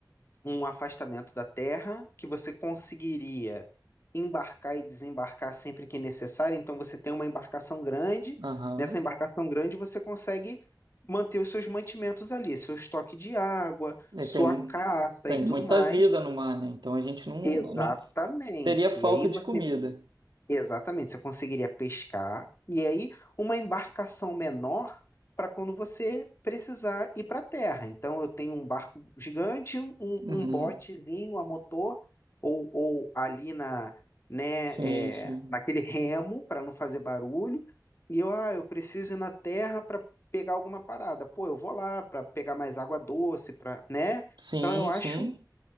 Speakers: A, on the left (about 35°); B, on the right (about 80°).
A: um afastamento da terra que você conseguiria embarcar e desembarcar sempre que necessário. Então você tem uma embarcação grande.
B: Aham.
A: Nessa embarcação grande você consegue manter os seus mantimentos ali, seu estoque de água,
B: E
A: sua
B: tem,
A: caça
B: tem
A: e tudo
B: muita
A: mais.
B: vida no mar, né? Então a gente não,
A: Exatamente.
B: não teria falta
A: E aí você,
B: de comida.
A: exatamente, você conseguiria pescar e aí uma embarcação menor para quando você precisar ir para a terra. Então eu tenho um barco gigante, um, um,
B: Uhum.
A: um botezinho a motor ou, ou ali na, né,
B: Sim,
A: é,
B: sim.
A: naquele remo para não fazer barulho. E eu, ah, eu preciso ir na terra para pegar alguma parada. Pô, eu vou lá para pegar mais água doce, para, né?
B: Sim,
A: Então eu acho
B: sim.